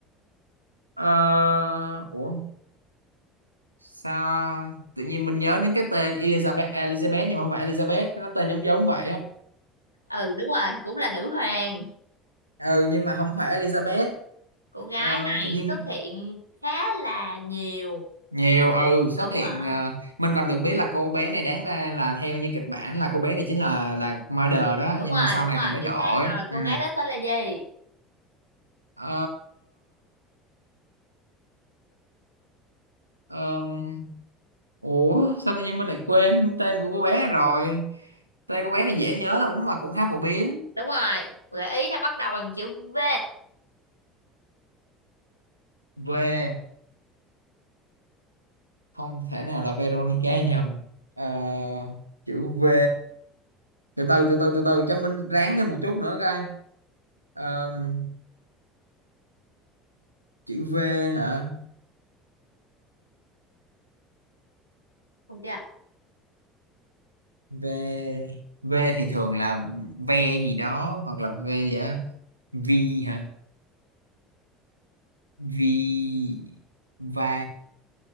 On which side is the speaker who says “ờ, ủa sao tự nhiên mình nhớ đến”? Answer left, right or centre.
Right